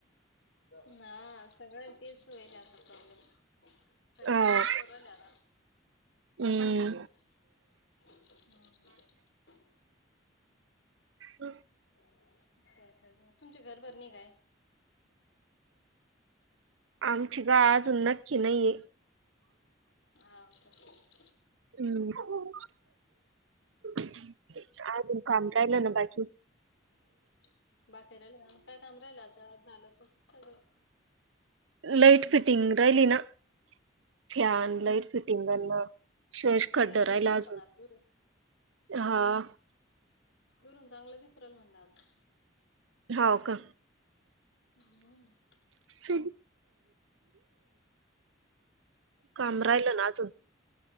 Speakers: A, on the left (about 70°); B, on the right (about 80°).
A: <inaudible> ना सगळ्यां तेच वयरता प्रॉब्लेम <inaudible> फवट
B: हो
A: इतोरल्या ना
B: हम्म
A: <inaudible> हम्म
B: ह
A: <inaudible> लग तुमच्या घरभर नाही काय
B: <inaudible> आमची गा अजून नक्की नाहीये
A: <inaudible> हात
B: <inaudible> हम्म <inaudible> आज काम राहिल ना बाकी
A: <inaudible> बाकीे राहिला काय काम राहिला ते झालं तस सगळं
B: लाईट फिटिंग राहिली ना <inaudible> फॅन लाईट फिटिंगना सेश कड्ड
A: भारी दिसल
B: रायला अजून
A: पण आज दुरून
B: <inaudible> हा <inaudible>
A: दुरून चांगलं दिसराल म्हणलं आता <inaudible>
B: हाव का
A: <inaudible> हम्
B: <inaudible> काम राहिल ना अजून